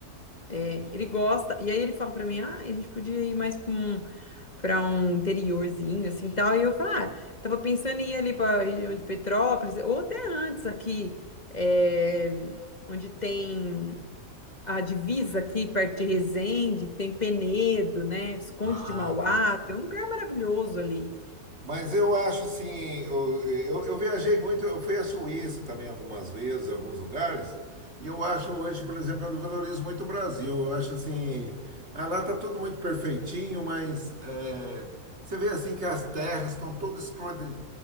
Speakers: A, on the left (about 30°); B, on the right (about 45°).
A: ele gosta, e aí ele fala pra mim, ah, a gente podia ir mais para um interiorzinho, assim, tal. E eu falei, ah, tava pensando em ir ali para região de Petrópolis, ou até antes aqui, eh, onde tem a divisa aqui, perto de Resende, que tem Penedo, né? Visconde
B: Ah,
A: de Mauá, tem um lugar maravilhoso ali.
B: Mas eu acho assim, eu, eu, eu viajei muito, eu fui à Suíça também algumas vezes, alguns lugares, e eu acho hoje, por exemplo, eu valorizo muito o Brasil. Eu acho assim, ah, lá está tudo muito perfeitinho, mas é, você vê assim que as terras estão todas escrotas,